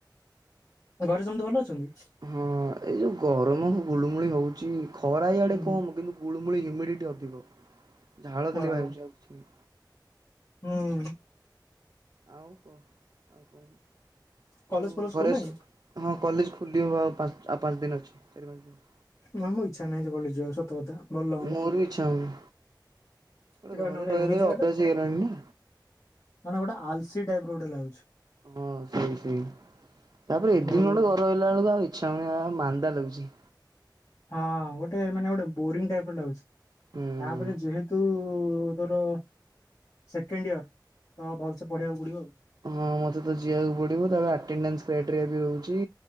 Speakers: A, on the left; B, on the right.
A: ଘରେ ସମସ୍ତେ ଭଲ ଅଛନ୍ତି?
B: ହଁ ଏଇ ଯୋଉ ଗରମ ଗୁଳୁଗୁଳି ହଉଚି, ଖରା ଇଆଡେ
A: ହୁଁ ହୁଁ
B: କମ କିନ୍ତୁ ଗୁଳୁମୁଳି ହ୍ୟୁମିଡ଼ିଟି ଅଧିକ। ଝାଳ ଖାଲି
A: ଓହୋ
B: ବାହାରୁଚି ଆଉ କିଛି ନାହିଁ।
A: ହୁଁ।
B: ଆଉ କହ ଆଉ କହୁନୁ
A: କଲେଜ
B: ଆଉ
A: ଫଲେଜ ଖୋଲିଲାଣି?
B: ଘରେ ସ ହଁ କଲେଜ୍ ଖୋଲି ହବ ଆଉ ପାଞ୍ଚ ଦିନ୍ ଅଛି ଚାରି ପାଞ୍ଚ ଦିନ୍।
A: ନା ମୋ ଇଚ୍ଛା ନାହିଁ ଆଜି କଲେଜ୍ ଯିବାକୁ ସତ କଥା ଭଲ ଲାଗୁନି।
B: ମୋର ବି ଇଚ୍ଛା ହଉନି। ଗୋଟେ
A: ଏଇଟା
B: ଘରେ
A: ମାନେ
B: ରହି
A: ଏମିତି
B: ରହି
A: ଜାଗାଟା
B: ଅଭ୍ୟାସ ହେଇଗଲାଣି ନା।
A: ମାନେ ଗୋଟେ ଆଲସି ଟାଇପ୍ ର ଗୋଟେ ଲାଗୁଚି।
B: ହଁ ସେଇ ସେଇ। ତାପରେ ଏଦିନ
A: ଭଲ
B: ଠୁ ଘରେ ରହି ଗଲା ବେଳକୁ ଆଉ ଇଚ୍ଛା ହଉନି ଆଉ ମାନ୍ଦା ଲାଗୁଚି।
A: ହଁ ଗୋଟେ ମାନେ ଗୋଟେ ବୋରିଂ ଟାଇପ୍ ର ଲାଗୁଚି।
B: ହୁଁ।
A: ତାପରେ ଯେହେତୁ ତୋର ସେକେଣ୍ଡ ଇୟର ତ ଭଲସେ ପଢିବାକୁ ପଡିବ ଆଉ।
B: ହଁ ମତେ ତ ଯିବାକୁ ପଡିବ, ତାପରେ ଆଟେଣ୍ଡନ୍ସ କ୍ରାଇଟେରିଆ ବି ହଉଚି।